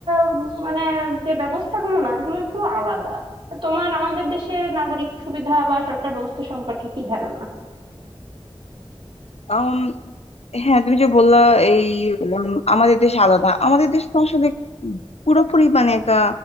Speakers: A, on the right (about 55°); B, on the left (about 80°).
A: উম, মানে যে ব্যবস্থাগুলো না এগুলো একটু আলাদা তো তোমার আমাদের দেশের নাগরিক সুবিধা বা সরকার ব্যবস্থা সম্পর্কে কি ধারণা
B: আম, হ্যাঁ তুমি যে বললা এই উম, আমাদের দেশ আলাদা আমাদের দেশ তো আসলে পুরোপুরি মানে একটা